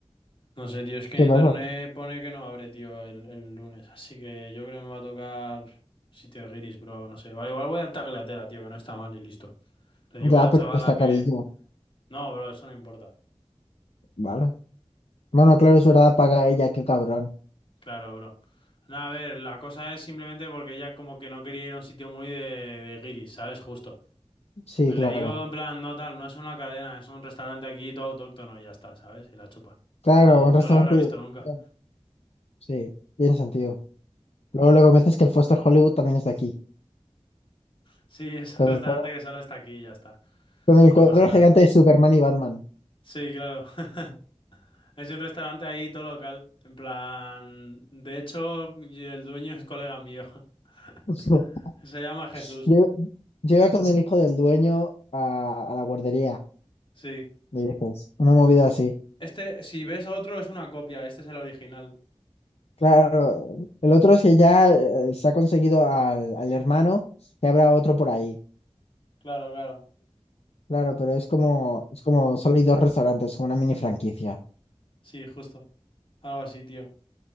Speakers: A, on the left (about 50°); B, on the left (about 70°).
A: No sé, tío, es que
B: ¿Qué
A: en
B: pasa?
A: internet pone que no abre, tío, el, el lunes. Así que yo creo que me va a tocar sitio guiris, bro. No sé. Vale, igual voy al Tagliatella, tío, que no está mal y listo. Le digo
B: Ya,
A: a la
B: pero
A: chavala
B: está
A: que...
B: carillo,
A: No, bro, eso no importa.
B: ¿vale? Bueno, claro, es verdad, paga ella, qué cabrón.
A: Claro, bro. Nada, a ver, la cosa es simplemente porque ella como que no quería ir a un sitio muy de, de guiris, ¿sabes? Justo.
B: Sí,
A: Pues
B: claro.
A: le digo en plan, no tal, no es una cadena, es un restaurante aquí todo autóctono y ya está, ¿sabes? Y la chupa.
B: Claro,
A: Si
B: un
A: no
B: restaurante.
A: lo habrá visto nunca.
B: bueno, Sí, tiene sentido. Luego, luego me dices que el Foster Hollywood también es de aquí.
A: Sí, es
B: Con
A: un restaurante
B: el cuadro,
A: que solo está aquí y ya está.
B: con el
A: No
B: cuadro
A: pasa nada.
B: gigante de Superman y Batman.
A: Sí, claro. <laughs> Es un restaurante ahí todo local. En plan. De hecho, y el dueño es colega mío. <laughs>
B: <laughs>
A: Se llama Jesús.
B: Yo, yo iba con el hijo del dueño a, a la guardería,
A: Sí.
B: le dices. Una movida así.
A: Este, si ves otro, es una copia. Este es el original.
B: Claro, el otro si ya eh, se ha conseguido al, al hermano, ya habrá otro por ahí.
A: Claro, claro.
B: Claro, pero es como, es como solo hay dos restaurantes, como una mini franquicia.
A: Sí, justo. Algo así, tío.